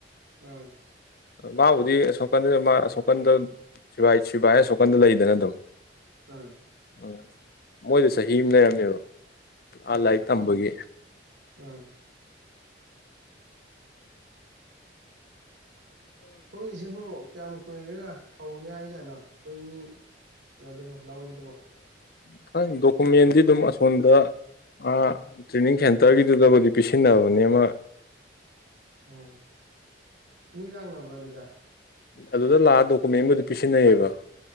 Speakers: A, on the right; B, on the left.
A: ꯎꯝ
B: ꯃꯥꯕꯨꯗꯤ ꯑꯁꯣꯀꯟꯗ ꯑꯁꯣꯛꯀꯟꯗ ꯁꯤꯕꯥꯏ ꯑꯁꯣꯛꯀꯟꯗ ꯂꯩꯗꯅ ꯑꯗꯨꯝ
A: ꯎꯝ
B: ꯎꯝ ꯃꯣꯏꯗ ꯆꯍꯤ ꯑꯃ ꯂꯩꯔꯝꯃꯦꯕ ꯂꯥꯟ
A: ꯎꯝ
B: ꯂꯥꯏ ꯇꯝꯕꯒꯤ
A: ꯎꯝ ꯍꯧꯈꯒꯤꯁꯤꯕꯨ ꯀꯌꯥꯝ ꯀꯨꯏꯔꯒ ꯍꯧꯅꯤ ꯍꯥꯏ ꯅꯣ ꯑꯩꯈꯣꯏ ꯃꯤ ꯂ
B: ꯐ ꯗꯣꯀꯨꯃꯦꯟꯗꯤ ꯑꯗꯨꯝ ꯑꯁꯣꯟꯗ ꯑ ꯇ꯭ꯔꯦꯅꯤꯡ ꯁꯦꯟꯇꯔꯒꯤꯗꯨꯗꯕꯨꯗꯤ ꯄꯤꯁꯤꯟꯅꯕꯅꯦ ꯑꯃ
A: ꯎꯝ ꯃꯤ ꯂꯅ ꯄ꯭ꯔꯣ ꯑꯗꯨꯗ
B: ꯑꯗꯨꯗ ꯂꯥꯛꯑ ꯗꯣꯀꯨꯃꯦꯟꯕꯨꯗꯤ ꯄꯤꯁꯤꯟꯅꯩꯌꯦꯕ